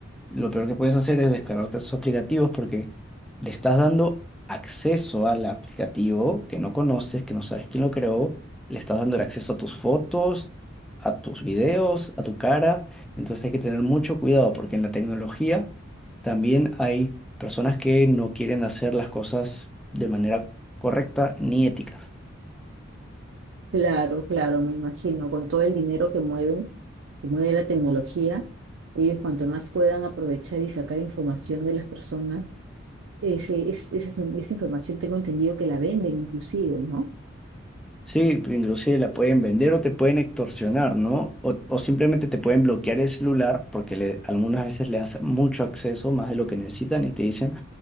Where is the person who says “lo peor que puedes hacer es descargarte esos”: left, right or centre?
Centre